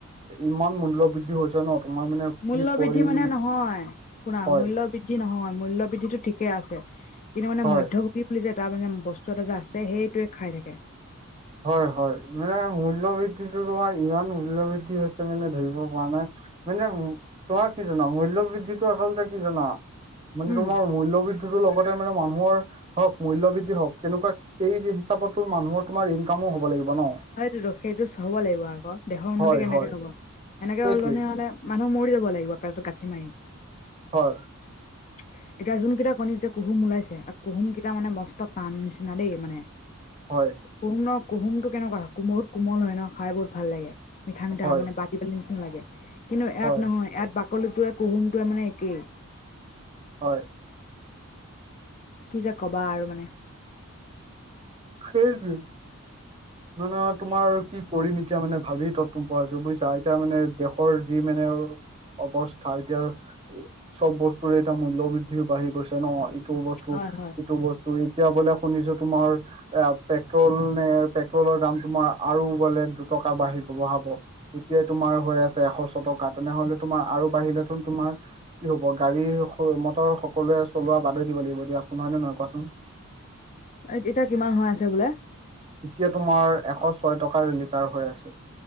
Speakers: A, on the right; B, on the left.
A: ইমান মূল্য বৃদ্ধি হৈছে ন' তোমাৰ মানে
B: মূল্য
A: কি কৰিম
B: বৃদ্ধি মানে নহয়, শুনা
A: হয়
B: মূল্য বৃদ্ধি নহয় মূল্যয় বৃদ্ধিটো ঠিকে আছে। কিন্তু মানে
A: হয়
B: মধ্যভোগী বুলি যে তাৰ মানে বস্তু এটা যে আছে সেইটোৱে খাই থাকে।
A: হয় হয় মানে মূল্য বৃদ্ধিটো তোমাৰ ইমান মূল্য বৃদ্ধি হৈছে মানে ধৰিব পৰা নাই। মানে তোমাৰ কি জানা মূল্য বৃদ্ধিটো আচলতে কি জনা মানে
B: উম
A: তোমাৰ মূল্যবৃদ্ধি লগতে মানে মানুহৰ হওক মূল্যবৃদ্ধি হওক তেনেকুৱা সেই হিচাপতো মানুহৰ তোমাৰ ইনকামো হ'ব লাগিব ন'।
B: সেইটোতো সেইটো হ'ব লাগিব আকৌ দেহৰ উন্নতি
A: হয়
B: কেনেকে
A: হয়
B: হ'ব এনেকে
A: সেইটোৱেই
B: হলনি হ'লে মানুহ মৰি যাব লাগিব পেটত গাঠি মাৰি।
A: হয়।
B: <unintelligible> এতিয়া যোনকেইটা কণী এতিয়া কুহুম ওলাইছে কুহুম কেইটা মানে মস্ত টান নিচিনা দেই মানে।
A: হয়।
B: কুহম ন' কুহুমটো কেনেকুৱা বহুত কোমল হয় ন' খাই বহুত ভাল লাগে মিঠা মঠা
A: হয়
B: মানে ব নিচিনা লাগে কিন্তু ইয়াত
A: হয়
B: নহয় ইয়াত বাকলিটোৱে কুহুমটোৱে মানে একেই।
A: হয়।
B: কি যে কবা আৰু মানে।
A: সেইটোৱে।
B: <inaudible>
A: মানে তোমাৰ কি কৰিম এতিয়া মানে ভাবি তত তম পোৱা আছো বুজিছা এতিয়া মানে দেশৰ যি মানে অৱস্থা এতিয়া, চব বস্তুৰে এতিয়া মূল্য বৃদ্ধি বাঢ়ি গৈছে ন এইটো অৱস্থা
B: হয়
A: ইটো
B: হয়
A: সেইটো বস্তু এতিয়া বোলে শুনিছো তোমাৰ এ পেট্ৰল নে পেট্ৰলৰ দাম তোমাৰ আৰু বোলে দুটকা বাঢ়িব বঢ়াব। এতিয়াই তোমাৰ হৈ আছে এশ ছটকা তেনেহলে তোমাৰ আৰু বাঢ়িতেন তোমাৰ কি হ'ব গাড়ী মটৰ সকলোৱে চলোৱা বাদেই দিব লাগিব দিয়াচোন হয় নে নহয় কোৱাচোন।
B: এই এতিয়া কিমান হৈ আছে বোলে?
A: ইতিয়া তোমাৰ এশ ছয় টকাৰ লিটাৰ হৈ আছে।